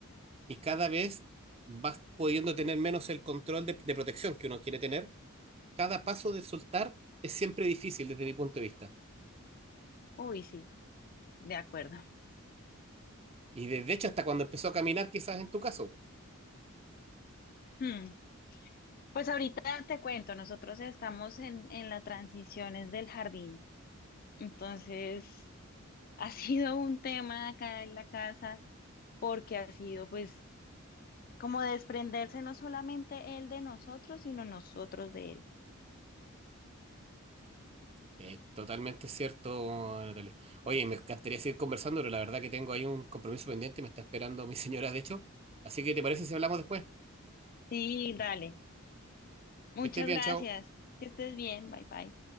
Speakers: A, on the right; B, on the left.
A: Y cada vez vas pudiendo tener menos el control de, de protección que uno quiere tener. Cada paso de soltar es siempre difícil desde mi punto de vista.
B: Uy, sí, de acuerdo.
A: Y desde hecho hasta cuando empezó a caminar, quizás en tu caso.
B: Hmm. Pues ahorita te cuento, nosotros estamos en, en las transiciones del jardín. Entonces, <laughs> ha sido un tema acá en la casa porque ha sido pues como desprenderse no solamente él de nosotros, sino nosotros de él.
A: Es totalmente cierto, Natalia. Oye, me encantaría seguir conversando, pero la verdad que tengo ahí un compromiso pendiente, me está esperando mi <laughs> señora, de hecho. Así que, ¿te parece si hablamos después?
B: Sí, dale. Muchas
A: Que estés bien,
B: gracias.
A: chao.
B: Que estés bien. Bye bye.